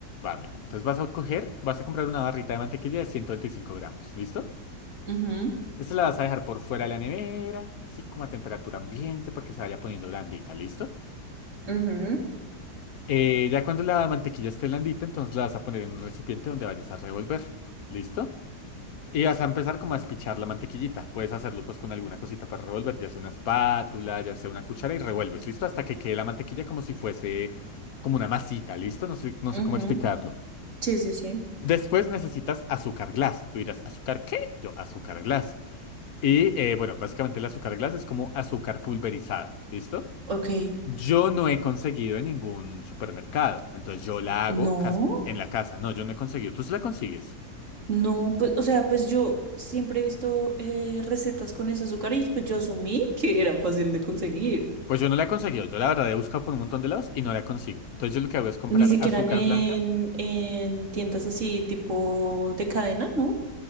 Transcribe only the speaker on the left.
Va, mira. Entonces vas a coger, vas a comprar una barrita de mantequilla de 125 gramos. ¿Listo?
Esta la vas a dejar por fuera de la nevera, sí, como a temperatura ambiente para que se vaya poniendo blandita. ¿Listo?
Eh, ya cuando la mantequilla esté blandita, entonces la vas a poner en un recipiente donde vayas a revolver. ¿Listo? Y vas a empezar como a espichar la mantequillita. Puedes hacerlo pues con alguna cosita para revolver, ya sea una espátula, ya sea una cuchara y revuelves, ¿listo? Hasta que quede la mantequilla como si fuese como una masita, ¿listo? No sé, no
sé cómo explicarlo.
Después necesitas azúcar glass. Tú dirás, ¿azúcar qué? Yo, azúcar glass. Y eh, bueno, básicamente el azúcar glass es como azúcar pulverizada, ¿listo?
Yo no he conseguido en ningún supermercado, entonces yo la hago
cas- en la casa. No, yo no he conseguido. ¿Tú se la consigues?
Pues yo no la he conseguido. Yo la verdad he buscado por un montón de lados y no la consigo. Entonces yo lo que hago es comprar
azúcar
blanca.